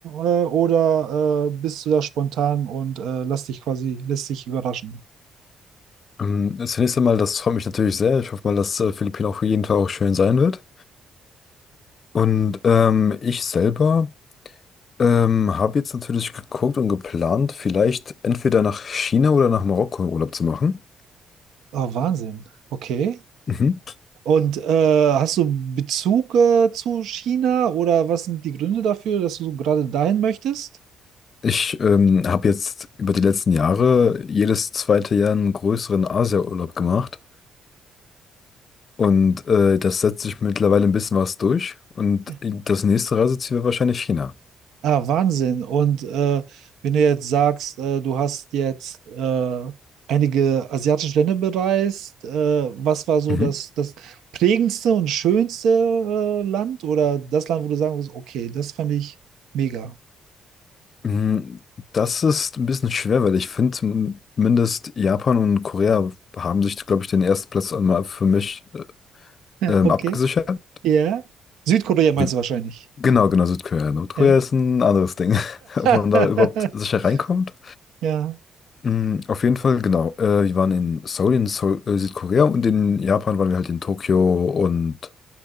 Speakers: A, on the right; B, on the left.
A: Äh, oder äh, bist du da spontan und äh, lass dich quasi, lässt dich überraschen?
B: Ähm, Zunächst einmal, das freut mich natürlich sehr. Ich hoffe mal, dass äh, Philippinen auch für jeden Tag auch schön sein wird. Und ähm, ich selber ähm, habe jetzt natürlich geguckt und geplant, vielleicht entweder nach China oder nach Marokko Urlaub zu machen.
A: Oh, Wahnsinn. Okay.
B: Mhm.
A: Und äh, hast du Bezug äh, zu China oder was sind die Gründe dafür, dass du gerade dahin möchtest?
B: Ich ähm, habe jetzt über die letzten Jahre jedes zweite Jahr einen größeren Asia-Urlaub gemacht. Und äh, das setzt sich mittlerweile ein bisschen was durch. Und
A: Ja.
B: äh, das nächste Reiseziel wäre wahrscheinlich China.
A: Ah, Wahnsinn. Und äh, wenn du jetzt sagst, äh, du hast jetzt äh, einige asiatische Länder bereist, äh, was war so
B: Mhm.
A: das, das prägendste und schönste äh, Land oder das Land, wo du sagen würdest, okay, das fand ich mega.
B: Mm, Das ist ein bisschen schwer, weil ich finde, zumindest Japan und Korea haben sich, glaube ich, den ersten Platz einmal für mich äh,
A: <laughs>
B: ähm,
A: Okay,
B: abgesichert.
A: ja. Südkorea meinst
B: Wie,
A: du wahrscheinlich.
B: genau, genau, Südkorea. Nordkorea
A: Ja.
B: ist ein anderes Ding, <laughs> ob man
A: <laughs>
B: da überhaupt sicher reinkommt.
A: Ja.
B: Mm, Auf jeden Fall, genau. Äh, wir waren in Seoul, in Seoul, äh, Südkorea und in Japan waren wir halt in Tokio und